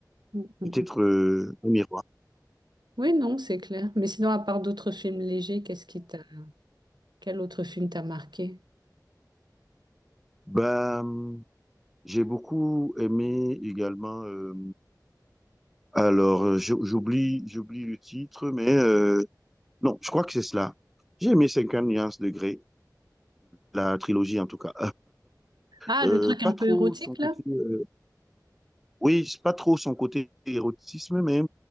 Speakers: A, on the right; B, in the centre.
A: Mm, mm,
B: peut-être
A: mm.
B: euh, un miroir.
A: Oui, non, c'est clair. Mais sinon, à part d'autres films légers, qu'est-ce qui t'a, quel autre film t'a marqué?
B: Ben, j'ai beaucoup aimé également. euh, alors, j'oublie j'oublie le titre, mais euh, non, je crois que c'est cela. J'ai aimé Cinquante nuances de Grey, la trilogie en tout cas.
A: Ah,
B: Euh,
A: le truc un
B: pas
A: peu
B: trop
A: érotique
B: son côté,
A: là?
B: euh, oui, c'est pas trop son côté érotisme, mais